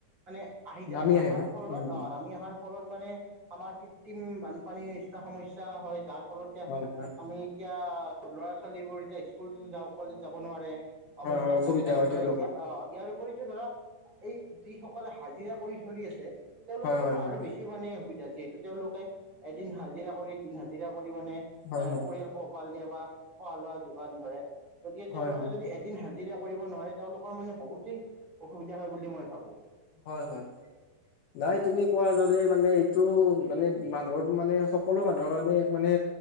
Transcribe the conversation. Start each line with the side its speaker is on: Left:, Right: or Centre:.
Right: মানে আহি যায়,
Left: নামি
Right: অহাৰ
Left: আহে ন
Right: ফলত
Left: উম উম
Right: নামি অহাৰ- ফলত মানে আমাৰ কৃত্ৰিম বানপানীৰ নিচিনা সমস্যা হয়। যাৰ ফলত
Left: হয় হয়
Right: আমি- এতিয়া ল'ৰ-ছোৱালীবোৰ এতিয়া স্কুল যাওঁ বুলি ক'লে যাব নোৱাৰে। অফিচ-কাছাৰি
Left: হয় হয় অসুবিধা
Right: যাব
Left: হয়
Right: নোৱাৰি।
Left: তেওঁলোকৰ
Right: ইয়াৰ উপৰিতো ধৰা এই যি সকলে হাজিৰা কৰি চলি আছে তেওঁলোকোতো
Left: হয় হয় হয়
Right: আৰু বেছি
Left: হয়
Right: মানে সুবিধা যিহেতু। তেওঁলোকে এদিন হাজিৰা কৰি দিন হাজিৰা কৰি মানে এ
Left: হয় হয়
Right: পৰিয়াল পোহপাল দিয়ে বা খোৱা লোৱা যোগান ধৰে গতিকে তেওঁলোকে
Left: হয় হয় হয়
Right: যদি এদিন হা জিৰা কৰিব নোৱাৰে তেওঁলোকৰ মানে বহুতেই অসুবিধা হয় বুলি মই ভাবো।
Left: হয় হয়। নাই তুমি কোৱাৰ দৰে মানে এইটো মানে মানুহৰ মানে সকলো মানুহৰ কাৰণে এক মানে